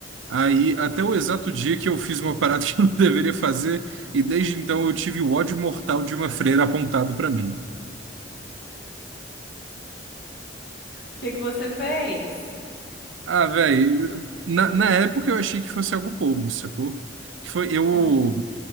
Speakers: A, on the right; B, on the left.
A: Aí, até o exato dia que eu fiz uma parada <laughs> que eu não deveria fazer, e desde então eu tive o ódio mortal de uma freira apontado pra mim.
B: O que que você fez?
A: Ah, velho, na, na época eu achei que fosse algo bobo, sacou? Que foi, eu
B: Aham.